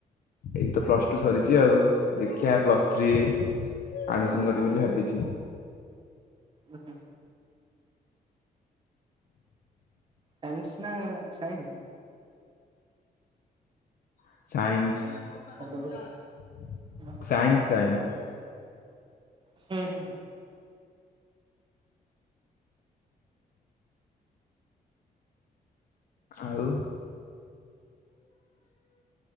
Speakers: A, on the left; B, on the right.
A: ଏଇ ତ ପ୍ଲସ ଟୁ ସରିଚି ଆଉ ଦେଖିଆ ପ୍ଲସ୍ ଥ୍ରୀ ଆଡମିସନ କରିବି ବୋଲି ଭାବିଚି।
B: ଉ ହୁଁ। ସାଇନ୍ସ ନା ସାଇନ୍ସ।
A: ସାଇନ୍ସ
B: ହ୍ୟାଲୋ
A: ସାଇନ୍ସ
B: ଓହୋ
A: ସାଇନ୍ସ।
B: ହୁଁ ହୁଁ ହୁଁ।
A: ଆଉ <inaudible>